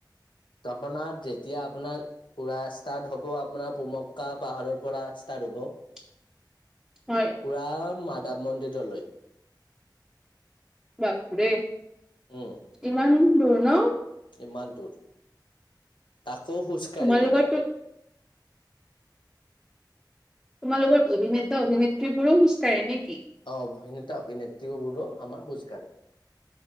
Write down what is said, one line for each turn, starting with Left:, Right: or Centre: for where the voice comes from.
Left: তপনাত যেতিয়া আপোনাৰ পুৰা ষ্টাৰ্ট হ'ব আপোনাৰ পুমক্কা পাহাৰৰ পৰা ষ্টাৰ্ট হ'ব
Centre: <unintelligible> হয়
Left: পুৰা মাধৱ মন্দিৰলৈ
Centre: বাপৰে
Left: উম
Centre: ইমান দূৰ ন
Left: ইমান দূৰ তাকো খোজকাঢ়ি
Centre: তোমালোকৰতো
Left: কিনে
Centre: তোমালোকৰ অভিনেতা অভিনেত্ৰীবোৰো খোজ কঢ়ে নে
Left: অভিনেতা অভিনেত্ৰীবোৰো আমাৰ খোজকাঢ়ে